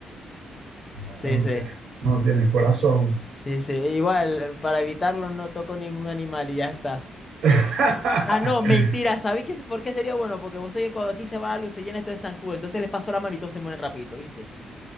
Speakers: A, on the right (about 75°); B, on the left (about 20°).
A: No,
B: Sí,
A: no
B: sí.
A: tienes, no tienes corazón.
B: Sí, sí. Igual, para evitarlo no toco ningún animal y ya está.
A: <laughs>
B: Ah, no, mentira. ¿Sabéis qué- por qué sería bueno? Porque vos sabés que cuando aquí se va la luz se llena esto de zancudo. Entonces les paso la mano y todos se mueren rapidito, ¿viste?